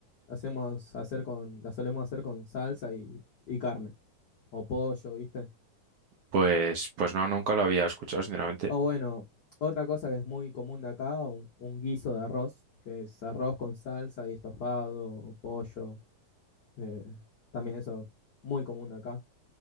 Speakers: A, on the left; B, on the right.
A: hacemos hacer con, la solemos hacer con salsa y, y carne, o pollo, ¿viste?
B: pues, pues no, nunca lo había escuchado, sinceramente.
A: O bueno, otra cosa que es muy común de acá, un, un guiso de arroz, que es arroz con salsa y estofado, o pollo, eh, también eso, muy común de acá.